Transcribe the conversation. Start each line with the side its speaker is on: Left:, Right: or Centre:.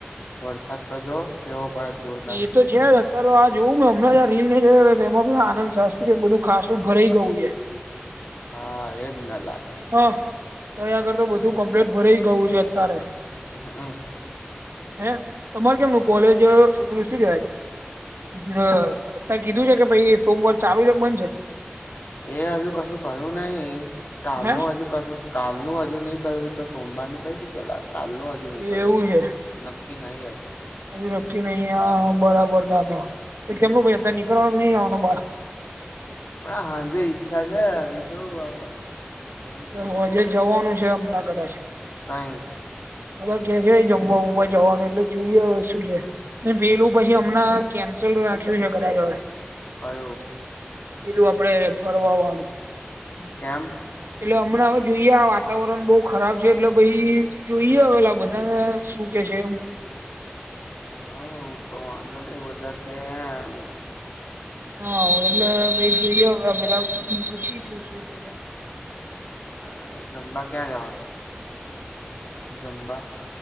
Left: વરસાદ તો જો કેવો પડે જોરદાર
Right: એ તો છે, જ અત્યારે તો આ જોવું હમણાં રીલ ને જો એમાં પણ આનંદ <unintelligible> બધું ખાસું ભરાઈ ગયું છે.
Left: હા એજ નેલા
Right: હ તો અયા કર તો બધું કમ્પ્લેટ ભરા ગયું છે, અત્યારે
Left: હમ
Right: હે તમારે કેમનું કોલેજ ઓલુ શું કેવાય? <unintelligible> કીધું છે, કે ભઈ સોમવાર ચાલુ છે કે બન છે?
Left: એ હજુ કશું કયું નહી કાલનું
Right: છે
Left: હજુ કશુંક કાલનું હજુ નહી કયું તો સોમવાર નું કઈ થી કાલ નું હજુ જુ નહી
Right: હે
Left: કયુ
Right: એવું છે
Left: નક્કી નહી હજુ
Right: હજુ નક્કી નહી આ બરાબર તા તો કેમનું પહી નીકળવાનું નહી આવવાનું બાર
Left: <unintelligible> હાજે ઈચ્છા છે, નીકળું વરસાદ બંધ
Right: <unintelligible>
Left: થાય તો
Right: જવાનું છે હમણાં કદાચ.
Left: કઈ
Right: બધા કે છે, જમવા ઉમવા જવાનું એટલે જોઈએ શું છે, વેલું પછી હમણાં કેન્સલ રાખ્યું છે, કદાચ હવે
Left: કયું
Right: પેલું આપડે ફરવાવાનું
Left: કેમ?
Right: એટલે અમણાં હવે જોઈએ વાતાવરણ બોવ ખરાબ છે, એટલે ભાઈ જોઈએ હવેલા બધાને શું કે છે, એમ
Left: હ તો વાંધો નય બધા કે એમ
Right: હ એટલે જોઈયો હવે બધા પૂછી છું શું <unintelligible>
Left: બરાબર જમબા ક્યાં જવાનું છે, જમબા?